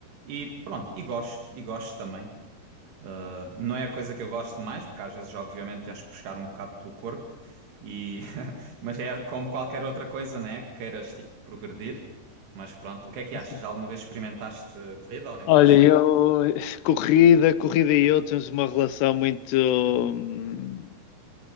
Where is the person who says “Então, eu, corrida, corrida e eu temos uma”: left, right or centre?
Left